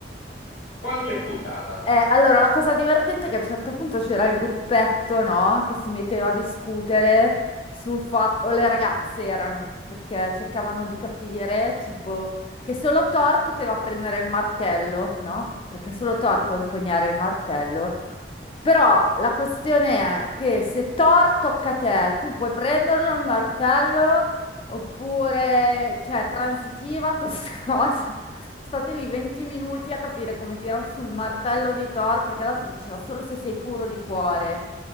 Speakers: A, on the left; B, on the left.
A: Qualche puntata.
B: Eh, allora, la cosa divertente è che a un certo punto c'era il gruppetto, no? Che si metteva a discutere sul fatto, o le ragazze erano, perché cercavano di capire, tipo, che solo Thor poteva prendere il martello, no? Perché solo Thor
A: Mm.
B: può impugnare il martello. Però la questione è che se Thor tocca a te, tu puoi prenderlo il martello oppure, cioè, transitiva questa <laughs> cosa. State lì 20 minuti a capire come tirare sul martello di Thor, perché l'altro diceva solo se sei puro di cuore,